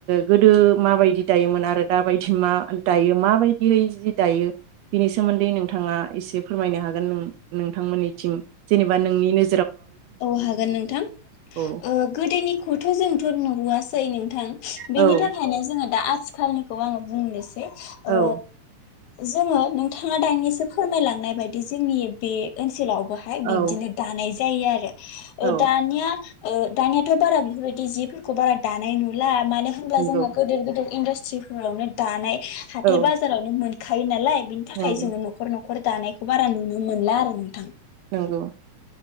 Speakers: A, on the right; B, on the left.
A: गोदो माबायदि दायोमोन आरो दाबायदि मा दायो माबायदिहै जि दायो बेनि सोमोन्दै नोंथाङा एसे फोरमायनो हागोन नों नोंथांमोननिथिं जेनेबा नोंनि नो
B: औ हागोन नोंथां
A: औ
B: ओ गोदोनिखौथ' जोंथ' नुहआसै नोंथां
A: औ
B: बेनि थाखायनो जोङो दा आथिखालनिखौ आङो बुंनो सै
A: औ
B: ओ जोङो नोंथाङा दानिानिसो फोरमायलांनाय बायदि जोंनि बे ओनसोलाव हाय
A: औ
B: बिबदिनो दानाय जायो आरो।
A: औ
B: ओ दानिया ओ दानियाथ' बारा बेफोरबायदि जिफोरखौ बारा दानाय नुला मानो होनोमब्ला
A: नंगौ
B: जोंहा गोदोर गोदोर इनदास थिफोरावनो दानाय हाथाय
A: औ
B: बाजारावनो मोन खायो नालाय बिनि थाखाय
A: नंगौ
B: जोङो न'खर न' खर दानायखौ बारा नुनो मोनला आरो नोंथां।
A: नोंगौ।